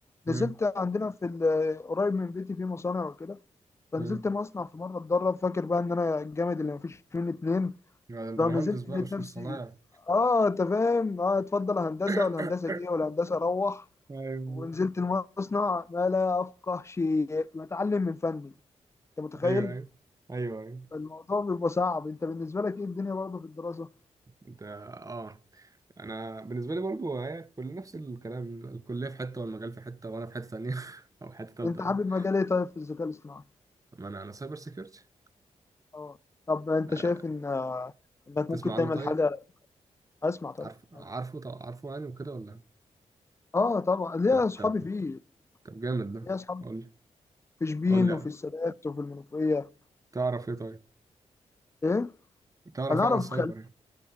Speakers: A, on the left; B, on the right.
A: نزلت
B: مم.
A: عندنا في ال- قريب من بيتي في مصانع وكده فنزلت
B: مم.
A: مصنع في مره اتدرب فاكر بقى ان انا الجامد اللي مفيش منه اتنين
B: ده انت
A: لو
B: مهندس
A: نزلت
B: بقى
A: لقيت
B: مش
A: نفسي
B: مش صنايعي
A: اه انت فاهم اه اتفضل هندسه
B: <coughs>
A: ولا هندسه ايه ولا هندسه روح
B: ايوه
A: ونزلت المصنع ما لا افقه شيء بتعلم من فني انت متخيل
B: ايوه ايوه ايوه ايوه
A: الموضوع بيبقى صعب انت بالنسبه لك ايه الدنيا برضه في الدراسه
B: انت اه انا بالنسبه لي برضو هي كل نفس الكلام الكليه في حته والمجال في حته وانا في حته ثانيه <laughs> او حته ثالثه
A: انت حابب
B: بقى.
A: مجال ايه طيب في الذكاء الاصطناعي
B: ما انا انا سايبر سيكيورتي
A: اه طب انت
B: آه.
A: شايف ان انك
B: تسمع
A: ممكن تعمل
B: عنه طيب
A: حاجه اسمع طيب
B: عارف
A: عادي.
B: عارفه طب عارفه يعني وكده ولا
A: اه طبعا ليا
B: طب
A: اصحابي
B: طب
A: فيه
B: طب جامد ده
A: ليا اصحابي
B: قول
A: فيه
B: لي
A: في شبين
B: قول لي
A: وفي
B: يعني.
A: السادات وفي المنوفيه
B: تعرف ايه طيب
A: ايه
B: تعرف
A: انا
B: ايه
A: اعرف
B: عن السايبر
A: خل...